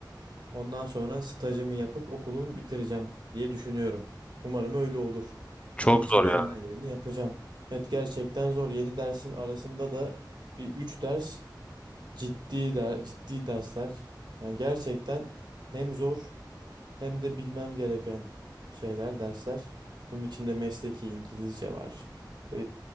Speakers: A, on the right; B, on the left.
A: Ondan sonra stajımı yapıp okulumu bitireceğim diye düşünüyorum. Umarım öyle olur.
B: çok
A: Bunun için
B: zor
A: de
B: ya.
A: elimden geleni yapacağım. Evet gerçekten zor. 7 dersin arasında da bir 3 ders ciddi der, ciddi dersler. Yani gerçekten hem zor hem de bilmem gereken şeyler, dersler. Bunun içinde mesleki İngilizce var. Ee,